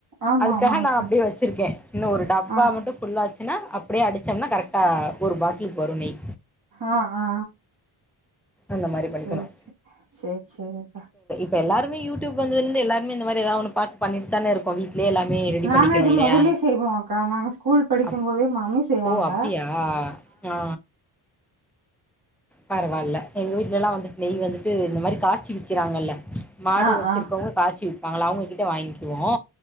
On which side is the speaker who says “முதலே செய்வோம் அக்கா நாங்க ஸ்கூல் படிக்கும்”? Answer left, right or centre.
Right